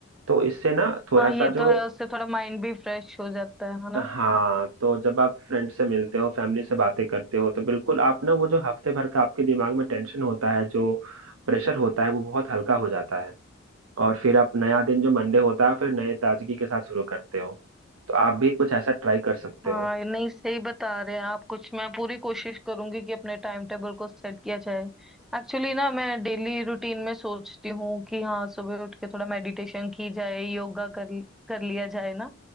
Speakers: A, on the right; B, in the centre.
A: तो इससे ना थोड़ा
B: हाँ
A: सा
B: ये तो
A: जो
B: है उससे थोड़ा माइंड भी फ्रेश हो जाता है है ना
A: हाँ तो जब आप फ्रेंड से मिलते हो फैमिली से बातें करते हो तो बिल्कुल आप ना वो जो हफ्ते भर का आपके दिमाग में टेंशन होता है जो प्रेशर होता है वो बहुत हल्का हो जाता है और फिर आप नया दिन जो मंडे होता है फिर नए ताजगी के साथ शुरू करते हो तो आप भी कुछ ऐसा ट्राई कर सकते
B: हाँ
A: हो
B: ये नहीं सही बता रहे हैं आप कुछ मैं पूरी कोशिश करूंगी कि अपने टाइम टेबल को सेट किया जाए एक्चुअली ना मैं डेली रूटीन में सोचती हूँ कि हाँ सुबह उठ के थोड़ा मेडिटेशन की जाए योगा कर कर लिया जाए ना